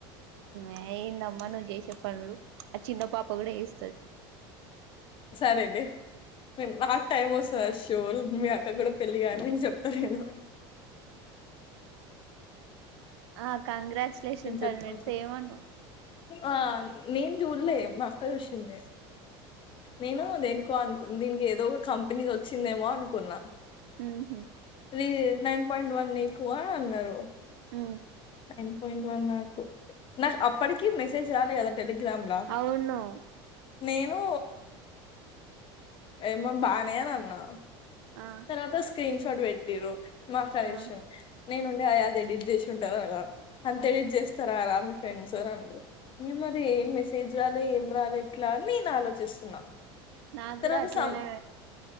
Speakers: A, on the right; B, on the left.
A: ఆ ఏందమ్మా నువ్వు చేసే పనులు ఆ చిన్న పాప కూడా చేస్తంది
B: సరేనే నాకు టైం వస్తది షోర్ మీ అక్క కూడా పెళ్లిగాని చెప్తానీను
A: ఆ కంగ్రాచ్యులేషన్స్
B: తింటది
A: అని చెప్
B: కొంచెం
A: ఏమన్నావు
B: ఆ నేను చూడలే మా అక్క చూసింది నేను దేనుకో అనుకు దీనికి ఏదో ఒక కంపెనీది వచ్చిందేమో అనుకున్నా
A: మ్ హు
B: త్రీ నైన్ పాయింట్ వన్ నీకు అని అన్నారు
A: మ్
B: నైన్ పోయింట్ వన్ నకు నాకు అప్పటికి మెసేజ్ రాలే కదా టడెలిగ్రామ్లా
A: అవును
B: నేను ఏమో బానే అని అన్నా
A: ఆ
B: తర్వాత స్క్రీన్ షాట్ పెట్టిర్రు మాట్లాడేషిన్
A: ఆ
B: నేనుండి అది ఎడిట్ చేస్ సుంట అల అంత ఎడిట్ చేస్తారరా మీ ఫ్రెండ్స్ అని అన్నడు ఏ మరి ఏ మెసేజ్ జ్ రాలె ఏం రాలే ఇట్లా అని నేను ఆలోచ్ చిస్తున్న
A: నాకు
B: తరువాత
A: కూడా అట్లనే
B: సం